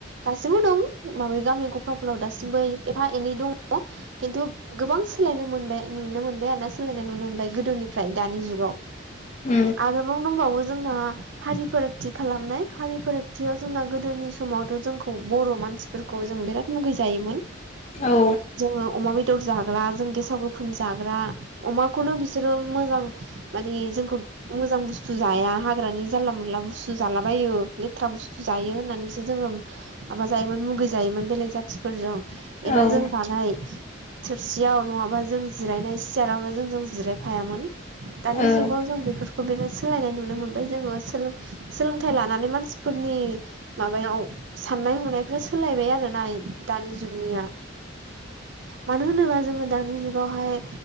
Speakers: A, on the right (about 65°); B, on the left (about 35°).
A: दासिमबो दं माब्रै गामि गफाफोराव दासिमबो एफा एनै दङ खिन्थु गोबां सोलायनो मोनबाय नुनो मोनबाय आरोना सोलायनाय नुनो मोनबाय गोदो निफ्राय दानि जुगाव
B: उम
A: आरोबाव दंबावो जोंना हारि फारागथि खालामनाय हारि फारागथियाव जोंना गोदोनि समावथ' जोंखौ बर' मानसिफोरखौ जों बिराद मुगैजायोमोन।
B: औ औ
A: जोङो अमा बेद दर जाग्रा जों गेसाव गोफोन जाग्रा अमाखौनो बिसोरो मोजां मानि जोंखौ मोजां बुस्थु जाया हाग्रानि जानला मोनला बुस्थु जालाबायो लेथ्रा बुस्थु जायो होननानैसो जोङो माबाजायोमोन मुगै जायोमोन बेलेग जाथिफोरजों
B: ओ
A: एबा जों जानाय थोरसियाव नङाबा जों जिरायनाय सियारावनो जोंजों जिरायफायामोन दानि
B: उम
A: जुगाव बेफोरखौ बिराद सोलायनाय नुनो मोनबाय जोङो सोलों सोलोंथाय लानानै मानसि फोरनि माबायाव साननाय हनायफ्रा सोलायबाय आरो ना दानि जुगनिया मानो होनोबा जोङो दानि जुगावहाय